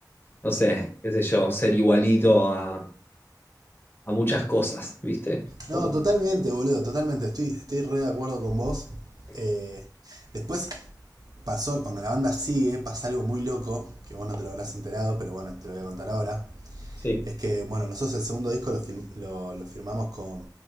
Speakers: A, on the left; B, on the right.
A: no sé, qué sé yo, ser igualito a, a muchas cosas, ¿viste?
B: No,
A: Como-
B: totalmente, boludo, totalmente. Estoy, estoy re de acuerdo con vos. Eh, después pasó, cuando la banda sigue, pasa algo muy loco, que vos no te lo habrás enterado, pero bueno, te lo voy a contar ahora.
A: sí,
B: Es que, bueno, nosotros el segundo disco lo, fir- lo- lo firmamos con,